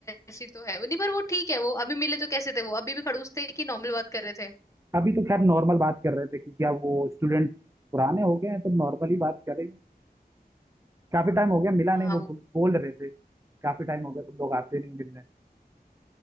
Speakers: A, on the left; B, on the right.
A: ऐसी तो है नहीं पर वो ठीक है वो अभी मिले तो कैसे थे वो अभी भी खड़ूस थे कि नॉर्मल बात कर रहे थे
B: हो। अभी तो खैर नॉर्मल बात कर रहे थे क्योंकि अब वो स्टूडेंट पुराने हो गए हैं तो नॉर्मली बात करें काफी टाइम हो गया मिला
A: हाँ
B: नहीं वो
A: वो
B: बोल बोल रहे थे काफी टाइम हो गया तुम लोग आते नहीं मिलने